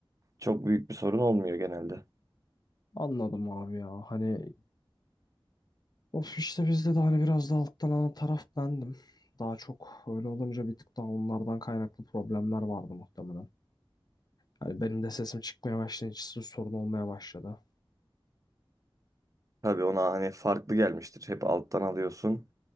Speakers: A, on the right (about 35°); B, on the left (about 45°).
A: çok büyük bir sorun olmuyor genelde.
B: Anladım abi ya. Hani of işte bizde de hani biraz da alttan alan taraf bendim. Daha çok öyle olunca bir tık daha onlardan kaynaklı problemler vardı muhtemelen. Hani benim de sesim çıkmaya başlayınca sizin sorun olmaya başladı.
A: Tabii ona hani farklı gelmiştir. Hep alttan alıyorsun.